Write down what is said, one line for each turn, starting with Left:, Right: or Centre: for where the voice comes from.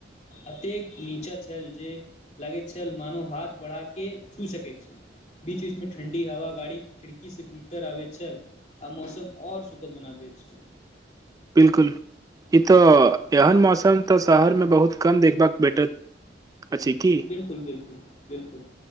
Left: अतेक नीचाँ छल जे लागैत छल मानो हाथ बढ़ा के छू सकैत छी। बीच बीच में ठंडी हवा गाड़ीक खिड़की से भीतर आबैत छल। अ मौसम आऔर सुखद बना दैत छल।
Right: बिलकुल ई तऽ एहन मौसम तऽ शहर मे बहुत कम देखबाक भेटत अछि की,?
Left: बिलकुल बिलकुल बिलकुल